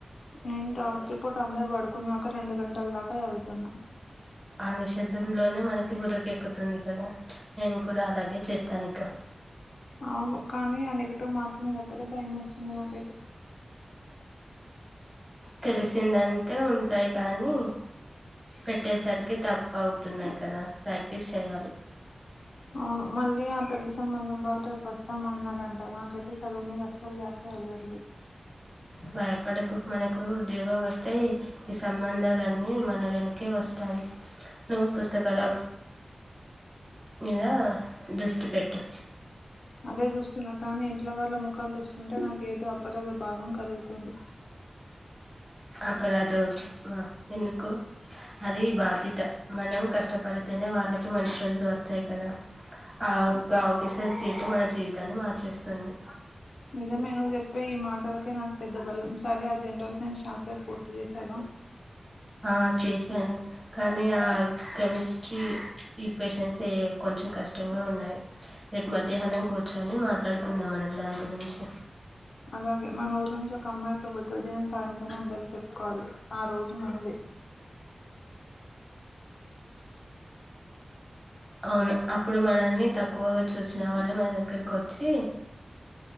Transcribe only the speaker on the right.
ఆ నిషద్దంలోనే మనకి బుర్రకెక్కుతుంది కదా నేను కూడా అలాగే చేస్తాను ఇక
తెలిసిందంటే ఉంటాయి కానీ పెట్టేసరికి తప్ పౌవుతున్నాయి కదా ప్రాంక్ తీస్ యెయ్యాలి
భయపడకు మనకు ఉద్యోగం వస్తే ఈ సంబంధాలన్నీ మన వెనకే వస్తాయ్ నువ్వు పుస్తకాల మీద దృష్టి పెట్టు
అపరాధ మ ఎందుకు అది బాధ్యత మనం కష్టపడితేనే వాళ్ళకి మంచి రోజులు వస్తాయ్ కదా, ఆ ఒక్క ఆఫీసర్ సీట్ మన జీవితాన్ని మార్చేస్తుంది.
ఆ చేశాను కానీ ఆ కెమిస్ ఛీ ఈ క్వేషన్సే కొంచెం కష్టంగా ఉన్నాయి, రేపు మధ్యాహ్నం కూర్చొ అని మాట్లాడుకుందాం మనం దాని గురించి
అవును అప్పుడు మనల్ని తక్కువగా చూసిన వాళ్లే మన దగ్గరకు వచ్చి